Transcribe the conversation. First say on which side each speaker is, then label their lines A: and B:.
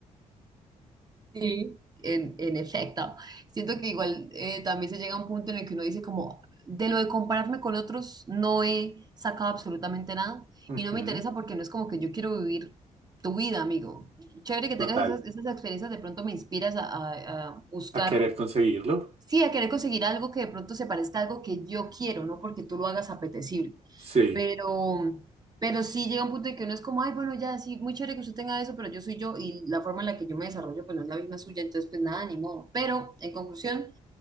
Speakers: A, on the right (about 30°); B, on the right (about 50°).
A: Sí, en, en efecto. Siento que igual eh, también se llega a un punto en el que uno dice como, de lo de compararme con otros, no he sacado absolutamente nada
B: Ujú,
A: y no me interesa porque no es como que yo quiero vivir tu vida, amigo. Chévere que
B: Total,
A: tengas esas, esas experiencias, de pronto me inspiras a, a- a buscar
B: a querer conseguirlo.
A: Sí, a querer conseguir algo que de pronto se parezca a algo que yo quiero, no porque tú lo hagas apetecible.
B: Sí.
A: Pero, pero sí llega un punto en que uno es como, ay, bueno, ya, sí, muy chévere que usted tenga eso, pero yo soy yo y la forma en la que yo me desarrollo, pues no es la misma suya, entonces, pues nada, ni modo. Pero, en conclusión,